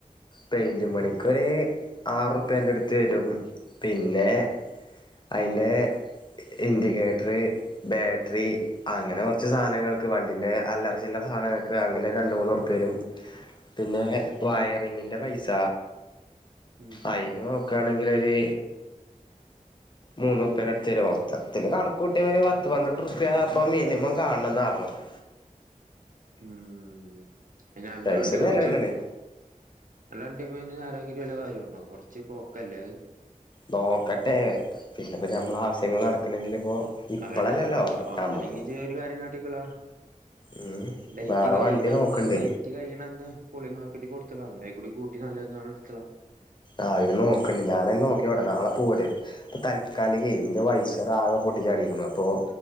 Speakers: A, on the left; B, on the right.
A: പെയിന്റ് പണിക്കൊരു ആറ്പ്യന്റെ അടുത്ത് വരും പിന്നെ അയിന്റെ ഇൻഡിക്കേറ്ററ് ബാറ്ററി അങ്ങനെ കുറച്ച് സാധനങ്ങൾക്ക് വണ്ടിന്റെ അല്ലറച്ചില്ലറ സാധനങ്ങൾക്ക് അങ്ങനെ രണ്ട് മൂന്ന് രുപ്യാ വരും പിന്നെ വയറിങ്ങിന്റെ പൈസ
B: ഉം
A: അയിനു നോക്കയാണെങ്കിൽ ഒരു മൂന്നു റുപ്യാ അടുത്ത് വരും മൊത്തത്തിൽ കണക്ക് കൂട്ടിയവര് പത്ത് പന്ത്രണ്ട് റുപ്യാ ഇപ്പ മിനിമം കാണണന്ന് പറഞ്ഞു <inaudible>
B: ഉം അന്റെ
A: പൈസ
B: വണ്ടി
A: ചെലവന്നെയാണ്
B: കൊറച്ചു നല്ല വണ്ടി പോയിരുനെ <unintelligible> വല്ല കാര്യുണ്ടോ കൊറച്ച് പോക്കല്ലേ അത്
A: നോക്കട്ടെ പിന്നെപ്പോ ഞമ്മള ആവശ്യങ്ങൾ നടക്കണെങ്കിൽ ഇപ്പോ ഇപ്പളല്ലല്ലോ
B: അതല്ല ഒന്ന് ഒന്നില്ലെങ്ക
A: ഞമ്മക്ക്
B: ഒരു കാര്യം കാട്ടിക്കളാ
A: ഉം
B: ഡേറ്റ്
A: വേറെ
B: കഴിയണന്ന്
A: വണ്ടി നോക്കണ്ട്
B: ഡേറ്റ് കഴിയണന്ന് പുളി മാർക്കറ്റ് കൊടുത്തത അതേക്കൂടി കൂട്ടി നല്ലന്ന് എടുക്കള
A: ആഹ് അന് നോക്കണ്ടണ്ട് ഞാന നോക്കിവിടെ നാളെ പോവട്ടെ ഇപ്പൊ തൽക്കാലികേ ഇന്റെ വൈസർ ആകെ പോ പൊട്ടിച്ചാടിക്കുന്നു അപ്പോൾ